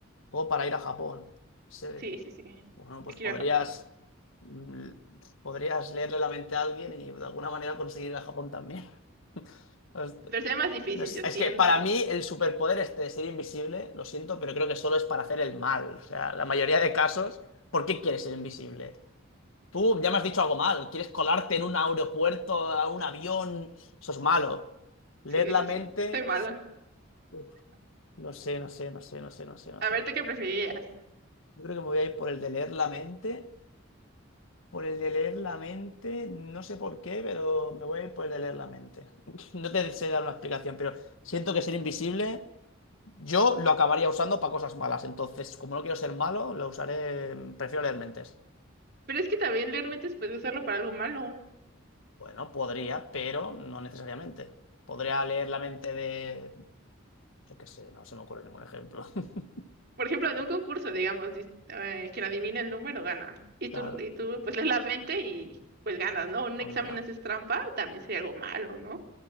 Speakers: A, on the left (about 70°); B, on the right (about 50°).
A: O para ir a Japón. Sí.
B: Sí, sí, sí. Yo
A: Bueno, pues
B: quiero
A: podrías,
B: ir a Japón.
A: mm, podrías leerle la mente a alguien y de alguna manera conseguir ir a Japón también. <laughs> Host-
B: Pero sería más difícil,
A: no sé,
B: yo
A: Es
B: siento.
A: que para mí el superpoder este de ser invisible, lo siento, pero creo que solo es para hacer el mal. O sea, la mayoría de casos, ¿por qué quieres ser invisible? Tú ya me has dicho algo mal. ¿Quieres colarte en un aeropuerto, a un avión? Eso es malo. Leer
B: Sí,
A: la
B: sí,
A: mente.
B: sí. Soy mala.
A: Uf, no sé, no sé, no sé, no sé, no sé, no
B: A ver,
A: sé.
B: ¿tú qué preferirías?
A: Yo creo que me voy a ir por el de leer la mente Por el de leer la mente, no sé por qué, pero me voy a ir por el de leer la mente. <laughs> No te sé dar una explicación, pero siento que ser invisible yo lo acabaría usando para cosas malas. Entonces, como no quiero ser malo, lo usaré, mm, prefiero leer mentes.
B: Pero es que también leer mentes puedes usarlo para algo malo.
A: Bueno, podría, pero no necesariamente. Podría leer la mente de... Yo qué sé, no se me ocurre ningún ejemplo. <laughs>
B: Por ejemplo, de un concurso, digamos, dis- eh, quien adivina el número gana. Y tú,
A: Claro,
B: y tú, pues lees la mente y pues ganas,
A: bueno,
B: ¿no? Un
A: pues
B: examen
A: mira,
B: haces trampa, también sería algo malo, ¿no?